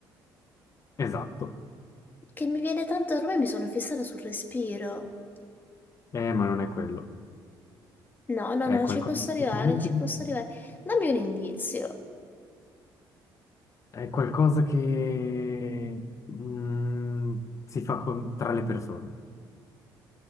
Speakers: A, on the left; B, on the left.
A: Esatto,
B: Che mi viene tanto, ormai mi sono fissata sul respiro.
A: eh, ma non è quello.
B: No, no,
A: È
B: no,
A: qualcosa
B: ci posso
A: di
B: arrivare,
A: totalmente
B: ci
A: differente.
B: posso arrivare. Dammi un indizio.
A: È qualcosa che mm, si fa con- tra le persone.